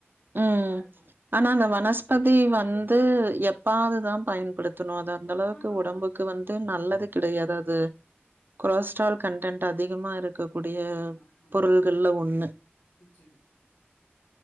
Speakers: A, on the right; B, on the left.
A: ம்.
B: நல்லார்க்கு
A: ஆனா அந்த வனஸ்பதி வந்து எப்பாதுதா பயன்படுத்தணு அது அந்தளவுக்கு
B: ஆமா ஆமா
A: ஒடம்பு க்கு வந்து நல்லது கிடையாது அது கொலஸ்ட்ரால் கண்டன்ட் அதிகமா இருக் கக்கூடிய
B: ஆமா ஆமா
A: பொருள்கள்ல ஒன்னு
B: நிச்சயமா